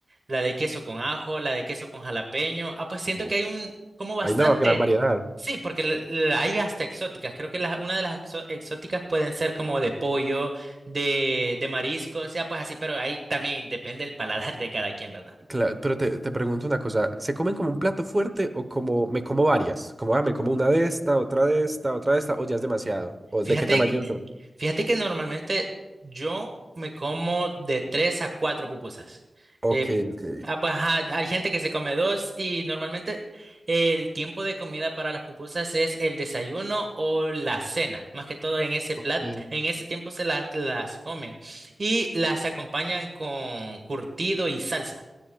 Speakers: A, on the right; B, on the right.
A: la de queso con ajo, la de queso con jalapeño. Ah, pues siento
B: Uf,
A: que hay un, como bastante.
B: Hay una gran variedad.
A: Sí, porque la- la- hay hasta exóticas. Creo que la- una de las exo- exóticas pueden ser como de pollo, de, de marisco, o sea, pues así, pero ahí también depende el paladar de cada quien, ¿verdad?
B: Claro, pero te, te pregunto una cosa, ¿se comen como un plato fuerte o como me como varias? Como ah, me como una de esta, otra de esta, otra de esta, o ya es demasiado, o
A: Fíjate
B: de qué tamaño son.
A: Fíjate que normalmente yo me como de tres a cuatro pupusas.
B: Ok,
A: Eh,
B: ok,
A: ah, pues, ajá, hay gente que se come dos y normalmente el tiempo de comida para las pupusas es el desayuno o la cena. Más que todo en ese
B: Ok.
A: plat, en ese tiempo se la- las comen y las acompañan con curtido y salsa.